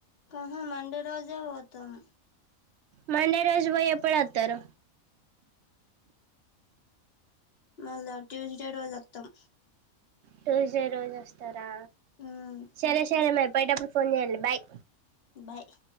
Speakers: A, on the left; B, on the right.
A: ఆహా మండే రోజే పోతాము
B: మండే రోజు పోయి ఎప్పుడొతారు
A: మళా ట్యూస్డే రోజత్తాం
B: ట్యూస్డే రోజు వస్తారా
A: మ్మ్
B: సరే సరే మరిపోయేటప్పుడు ఫోన్ చెయ్యండి బాయ్
A: బాయ్